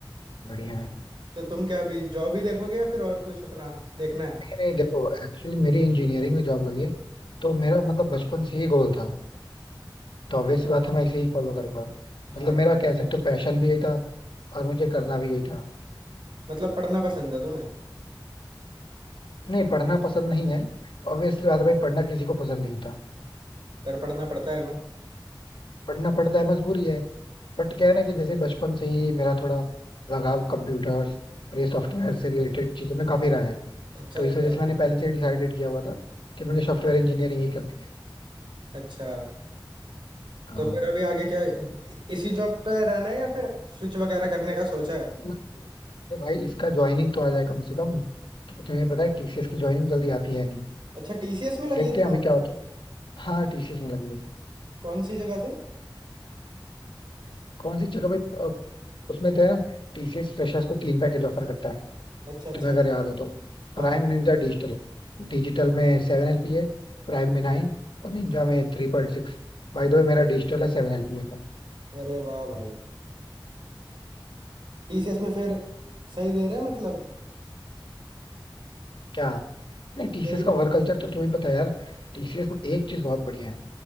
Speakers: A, on the left; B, on the right.
A: बढ़िया है
B: तो तुम क्या अभी जॉब ही देखोगे या फिर और कुछ अपना देखना है
A: नहीं नहीं देखो एक्चुअली मेरी इंजीनियरिंग में जॉब लगी है तो मेरा मतलब बचपन से ही गोल था तो ऑब्वियस सी बात है मैं इसे ही फॉलो करूंगा
B: हाँ
A: मतलब
B: यार
A: मेरा कह सकते
B: job।
A: हो पैशन भी यही था और मुझे करना भी यही था
B: मतलब पढ़ना पसंद है तुम्हें
A: नहीं पढ़ना पसंद नहीं है ऑब्वियसली बात है भाई पढ़ना किसी को पसंद नहीं होता
B: पर पढ़ना पड़ता है ना
A: पढ़ना पड़ता है मजबूरी है बट क्या है ना कि जैसे बचपन से ही मेरा थोड़ा लगाव कंप्यूटर्स और ये सॉफ्टवेयर से रिलेटेड चीजों में काफी रहा है
B: अच्छा
A: तो
B: अच्छा
A: इस वजह से मैंने पहले से ही डिसाइडेड किया हुआ था कि मुझे सॉफ्टवेयर इंजीनियरिंग ही करनी है
B: अच्छा
A: हाँ
B: तो फिर अभी आगे क्या इ- इसी जॉब पे रहना है या फिर स्विच वगैरह करने का सोचा है
A: नहीं, अरे भाई इसका ज्वाइनिंग तो आ जाए कम से कम क्योंकि तुम्हें पता है टीसीएस की ज्वाइनिंग जल्दी आती है नहीं
B: अच्छा टीसीएस में लगी
A: देखते
B: है तुम्हारी
A: हैं अभी क्या होता है हाँ टीसीएस में लगी है
B: कौन सी जगह से
A: कौन सी जगह भाई अ, उसमें तो है ना टीसीएस फ्रेशर्स को तीन पैकेज ऑफर करता है
B: अच्छा अच्छा
A: तुम्हें अगर याद हो तो प्राइम
B: हाँ
A: निंजा डिजिटल डिजिटल में सेवन एलपी है प्राइम में नाइन और निंजा में थ्री पॉइंट सिक्स भाई दो मेरा डिजिटल है सेवन एलपी का
B: अरे वाह भाई टीसीएस में फिर सही दे रहे हैं मतलब
A: क्या नहीं टीसीएस
B: यही
A: का वर्क कल्चर तो तुम्हें पता है यार टीसीएस में एक चीज बहुत बढ़िया है